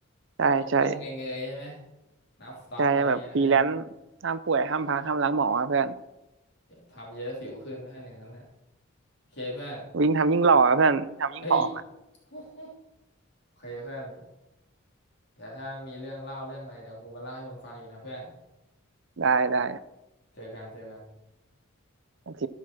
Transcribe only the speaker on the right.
ใช่ใช่
ใช่แบบฟรีแลนซ์ห้ามป่วยห้ามพักห้ามล้างหมออะเพื่อน
วิ่งทำยิ่งหล่ออะเพื่อนวิ่งทำยิ่งผอมอ่ะ
ได้ได้
โอเค